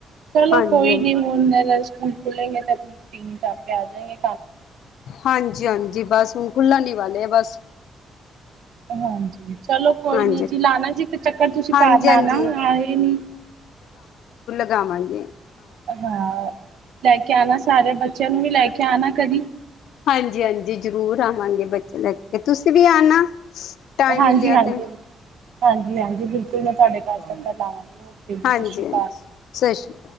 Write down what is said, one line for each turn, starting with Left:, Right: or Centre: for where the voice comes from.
Right: ਚਲੋ
Left: ਹਾਂਜੀ
Right: ਕੋਈ
Left: ਹਾਂਜੀ
Right: ਨੀ ਹੁਣ ਸਕੂਲ ਖੁੱਲੇਗੇ ਤੇ ਦਿਨ ਚ ਆਪੇ ਆ ਜਾਣਗੇ
Left: ਹਾਂਜੀ ਹਾਂਜੀ ਬਸ ਹੁਣ ਖੁੱਲਣ ਹੀ ਵਾਲੇ ਬਸ
Right: ਹਾਂਜੀ ਚਲੋ ਕੋਈ
Left: ਹਾਂਜੀ
Right: ਨੀ ਜੀ ਲਾਣਾ ਜੀ ਇੱਕ ਚੱਕਰ ਤੁਸੀਂ
Left: ਹਾਂਜੀ
Right: ਘਰ ਲਾਣਾ
Left: ਹਾਂਜੀ
Right: ਆਏ ਨੀ
Left: ਜਰੂਰ ਆਵਾਂਗੇ
Right: ਹਾਂ ਲੈ ਕੇ ਆਣਾ ਸਾਰਿਆਂ ਬੱਚਿਆਂ ਨੂੰ ਵੀ ਲੈ ਕੇ ਆਣਾ ਕਦੀ
Left: ਹਾਂਜੀ ਹਾਂਜੀ ਜ਼ਰੂਰ ਆਵਾਂਗੇ ਬੱਚੇ ਲੈ ਕੇ ਤੁਸੀਂ ਵੀ ਆਣਾ ਟਾਈਮ
Right: ਹਾਂਜੀ
Left: ਮਿਲਿਆ
Right: ਹਾਂਜੀ
Left: ਤੇ
Right: ਹਾਂਜੀ ਹਾਂਜੀ ਬਿਲਕੁਲ ਮੈਂ ਤੁਹਾਡੇ ਘਰ ਤੱਕ ਲਾਵਾਂਗੀ ਓਕੇ ਜੀ,
Left: ਹਾਂਜੀ
Right: ਸਤਿ ਸ੍ਰੀ ਅਕਾਲ।
Left: ਹਾਂਜੀ ਸਤਿ ਸ਼੍ਰੀ